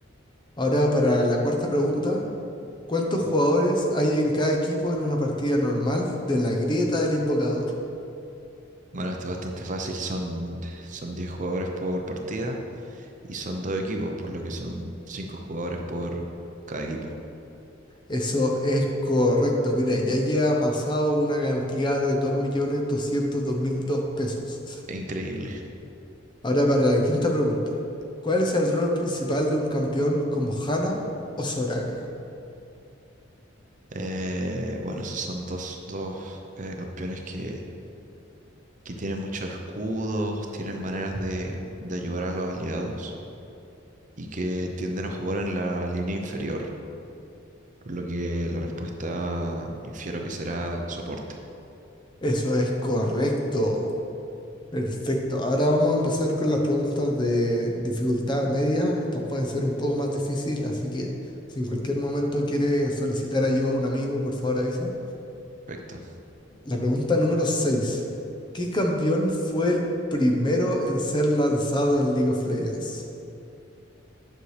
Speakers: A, on the left (about 25°); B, on the right (about 40°).
A: Ahora para la cuarta pregunta. ¿Cuántos jugadores hay en cada equipo en una partida normal de la grieta del invocador?
B: Bueno, esto es bastante fácil, son, son 10 jugadores por partida y son dos equipos, por lo que son 5 jugadores por cada equipo.
A: Eso es correcto. Mira, ya lleva amasado una cantidad de dos dos millones doscientos dos mil dos pesos.
B: Increíble.
A: Ahora para la quinta pregunta. ¿Cuál es el rol principal de un campeón como Hana o Soraka?
B: Eh, bueno, esos son dos, dos eh, campeones que que tienen muchos escudos, tienen maneras de, de ayudar a los aliados y que tienden a jugar en la línea inferior, por lo que la respuesta infiero que será soporte.
A: Eso es correcto. Perfecto. Ahora vamos a empezar con las preguntas de dificultad media. Estas pueden ser un poco más difíciles, así que si en cualquier momento quieres solicitar ayuda a un amigo, por favor avisa.
B: Perfecto.
A: La pregunta número 6. ¿Qué campeón fue el primero en ser lanzado en League of Legends?